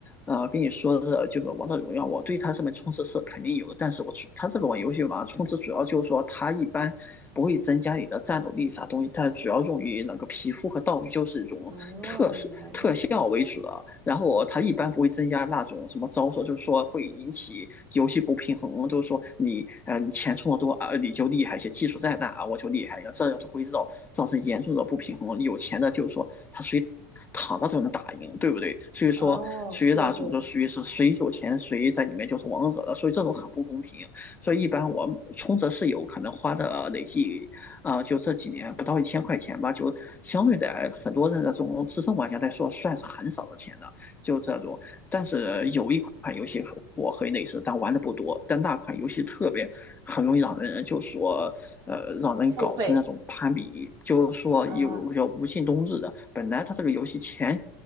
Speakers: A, on the left; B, on the right.
A: 呃跟你说的就是《王者荣耀》，我对它上面充值是肯定有的，但是我主它这个玩游戏嘛，充值主要就是说它一般不会增加你的战斗力啥东西，它主要用于那个皮肤和道具，就是一种特色特效为主的，
B: 哦，原来如此。
A: 然后它一般不会增加那种什么招数，就是说会引起游戏不平衡，就是说你呃你钱充的多啊，你就厉害些，技术再大啊我就厉害，这样就会造造成严重的不平衡。有钱的就是说他属于。躺着就能打赢，对不对？所以说，
B: 哦，
A: 属于那种就属于是谁有钱谁在里面就是王者了，
B: 对对，
A: 所以这种很不公平。所以一般我充值是有可能花的累计啊、呃就这几年不到一千块钱吧，就相对的很多的这种资深玩家来说，算是很少的钱了。就这种，但是有一款游戏和我很类似，但玩的不多。但那款游戏特别很容易让人就说，呃，让人搞成那种攀比，
B: 付费
A: 就说有叫无尽冬日的。
B: 啊，
A: 本来它这个游戏前